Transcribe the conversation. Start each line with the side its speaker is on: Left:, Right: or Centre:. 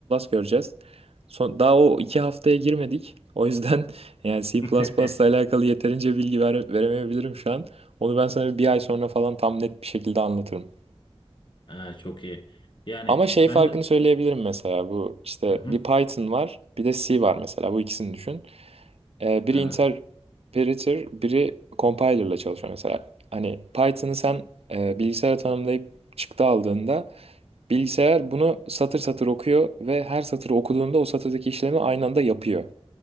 Right: göreceğiz. Son, daha o 2 haftaya girmedik. O yüzden <laughs> yani C++ ile
Left: <laughs>
Right: alakalı yeterince bilgi vere- veremeyebilirim şu an. Onu ben sana bir ay sonra falan tam net bir şekilde anlatırım.
Left: Ha, çok iyi. Yani
Right: Ama şey
Left: ben
Right: farkını
Left: de
Right: söyleyebilirim mesela bu işte
Left: hı hı,
Right: bir Python var bir de C var mesela bu ikisini düşün. Ee, biri
Left: evet
Right: interpreter biri compiler'la çalışıyor mesela. Hani Python'ı sen e, bilgisayara tanımlayıp çıktı aldığında bilgisayar bunu satır satır okuyor ve her satırı okuduğunda o satırdaki işlemi aynı anda yapıyor.